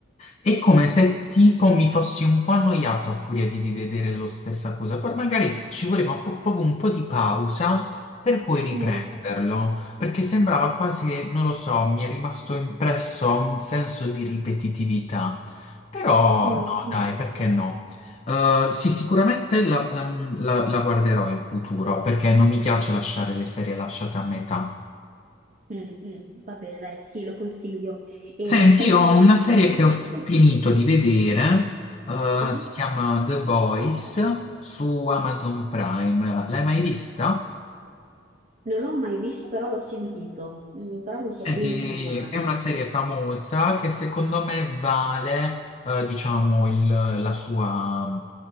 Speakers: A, on the left (about 35°); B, on the right (about 40°).
A: è come se tipo mi fossi un po' annoiato a furia di rivedere lo stessa cosa. Poi magari ci voleva po- proprio un po' di pausa per poi riprenderlo,
B: mm,
A: perché sembrava quasi, non lo so, mi è rimasto impresso un senso di ripetitività. Però
B: mm,
A: no,
B: mm,
A: dai, perché no? Eh, sì, sicuramente la la- la- la guarderò in futuro perché non mi piace lasciare le serie lasciate a metà.
B: mm, mm, va bene, dai, sì, lo consiglio. E
A: Senti,
B: stai
A: io
B: guardando?
A: ho una serie che ho
B: Sì.
A: finito di vedere, eh,
B: Ah.
A: si chiama The Voice su Amazon Prime. L'hai mai vista?
B: Non l'ho mai visto, però l'ho sentito, Mm, però non
A: Senti,
B: so bene di cosa parli.
A: è una serie famosa che secondo me vale, eh, diciamo, il, la sua,